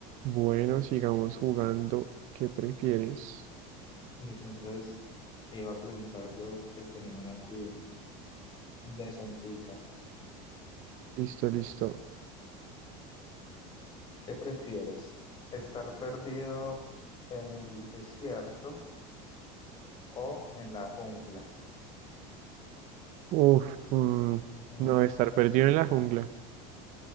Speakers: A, on the right; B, on the left.
A: Bueno, sigamos jugando. ¿Qué prefieres?
B: Listo, entonces te iba a preguntar yo que tenía una aquí decentica.
A: Listo, listo.
B: ¿Qué prefieres? ¿Estar perdido en el desierto o en la jungla?
A: Uf, mm,
B: Mm,
A: no, estar perdido en la jungla,